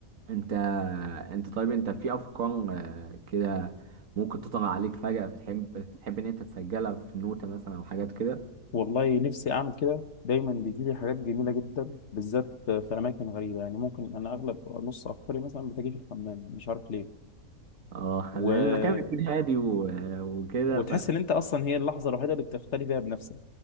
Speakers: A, on the right (about 70°); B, on the left (about 55°).
A: أنت أنت طيب أنت في أفكار آه، كده ممكن تطلع عليك فجأة فتحب تحب إن أنت تسجلها في نوتة مثلا أو حاجات كده
B: والله نفسي اعمل كده دايما بيجي لي حاجات جميلة جدا بالذات في اماكن غريبة يعني ممكن انا اغلب نص افكاري مثلا بتجي في الحمام مش عارف ليه
A: أه <laughs>
B: و...
A: لأن المكان بيكون هادي و- وكده
B: وتحس
A: ف
B: ان انت اصلا هي اللحظة الوحيدة اللي بتختلي فيها بنفسك